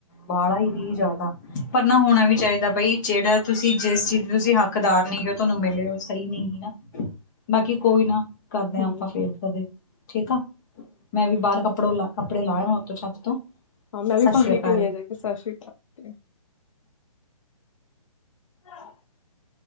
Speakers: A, on the left; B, on the left.
A: ਵਾਲਾ ਹੀ ਨਹੀਂ ਜ਼ਿਆਦਾ ਪਰ ਨਾ ਹੋਣਾ ਵੀ ਚਾਹੀਦਾ ਬਈ ਜਿਹੜਾ ਤੁਸੀਂ ਜਿਸ ਚੀਜ਼ ਤੁਸੀਂ ਹੱਕਦਾਰ ਨਈਂ ਹੋ ਤੁਹਾਨੂੰ ਮਿਲੇ ਹੋ ਸਹੀ ਨਈਂ ਨਾਂ। ਬਾਕੀ ਕੋਈ ਨਾ ਕਰਦੇ
B: ਹੂੰ
A: ਹਾਂ ਆਪਾਂ ਫੇਰ ਕਦੇ ਠੀਕ ਆ। ਮੈਂ ਵੀ ਬਾਹਰ ਕੱਪੜੋ ਕੱਪੜੇ ਲਾਹਵਾਂ ਉੱਤ ਛੱਤ ਤੋਂ
B: ਹਾਂ, ਮੈਂ ਵੀ
A: ਸਤਿ
B: ਪਾਣੀ
A: ਸ੍ਰੀ ਅਕਾਲ
B: ਪੀਣੀ ਆਂ ਜਾ ਕੇ ਸਤਿ ਸ਼੍ਰੀ ਅਕਾਲ। <unintelligible>